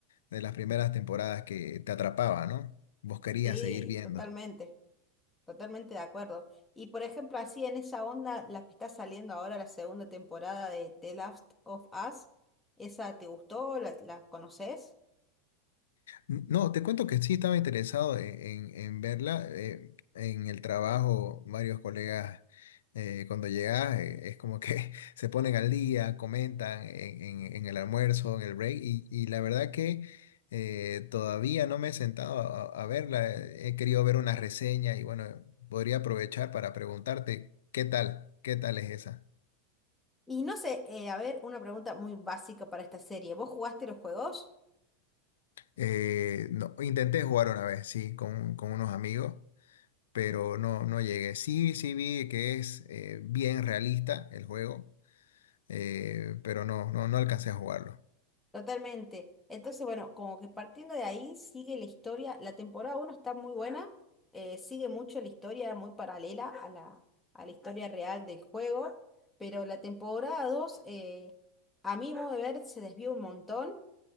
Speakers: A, on the left; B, in the centre.
A: de las primeras temporadas que te atrapaba, ¿no? Vos querías
B: Sí,
A: seguir viendo.
B: totalmente, totalmente de acuerdo. Y por ejemplo, así en esa onda, la que está saliendo ahora, la segunda temporada de The Last of Us, ¿esa te gustó? ¿La, la conoces?
A: No, te cuento que sí estaba interesado en, en- en verla. eh, en el trabajo, varios colegas, eh, cuando llegas, eh, es como que <laughs> se ponen al día, comentan en, en- en el almuerzo, en el break, y, y la verdad que eh, todavía no me he sentado a, a verla. eh, He querido ver una reseña y bueno, podría aprovechar para preguntarte, ¿qué tal? ¿Qué tal es esa?
B: Y no sé, eh, a ver, una pregunta muy básica para esta serie. ¿Vos jugaste los juegos?
A: Eh, no, intenté jugar una vez, sí, con, con unos amigos. pero no, no llegué. Sí, sí vi que es eh, bien realista el juego, eh, pero no, no, no alcancé a jugarlo.
B: Totalmente. Entonces, bueno, como que partiendo de ahí sigue la historia. La temporada uno está muy buena, eh, sigue mucho la historia muy paralela a la, a la historia real del juego, pero la temporada 2 eh, a mi modo de ver, se desvió un montón,